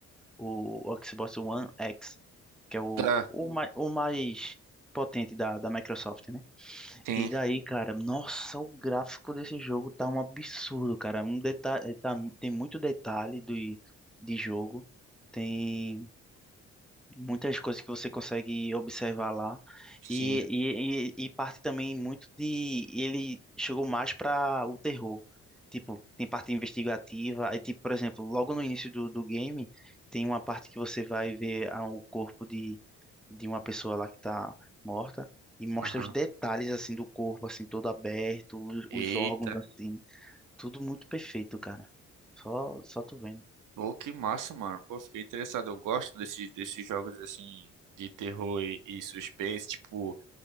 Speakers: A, in the centre; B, on the right.
A: o, o Xbox One X, que é o,
B: Tá,
A: o, mai- o mais potente da, da Microsoft, né?
B: tem,
A: E daí, cara, nossa, o gráfico desse jogo tá um absurdo, cara. Um deta eh, tá, tem muito detalhe do, de jogo. Tem muitas coisas que você consegue observar lá
B: sim.
A: e, e, e, e parte também muito de ele chegou mais para o terror tipo tem parte investigativa aí tipo por exemplo logo no início do, do game tem uma parte que você vai ver ah, o corpo de, de uma pessoa lá que tá morta e mostra
B: Aham.
A: os detalhes assim do corpo assim todo aberto os,
B: Eita.
A: os órgãos assim tudo muito perfeito cara só só tu vendo
B: Pô, que massa, mano. Pô, fiquei interessado. Eu gosto desses, desses jogos assim de terror e, e suspense, tipo.